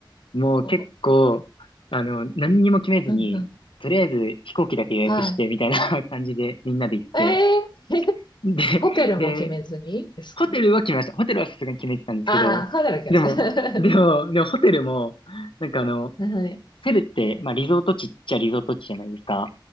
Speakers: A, on the left (about 85°); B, on the left (about 65°).
A: もう結構、
B: ー、
A: あの、何にも決めずに、
B: うんうん。
A: とりあえず飛行機だけ予約して、
B: は
A: みたいな <laughs> 感じでみんなで行って、
B: い。えー、
A: で、
B: <laughs> ホテルも決めずにですか
A: で、ホテルは決めました。ホテルはさすがに決めてたんですけど、
B: ああー、働きました。
A: でも、でも、でもホテルも、なんかあの、
B: <laughs> はい。
A: セブって、まあリゾート地っちゃリゾート地じゃないですか。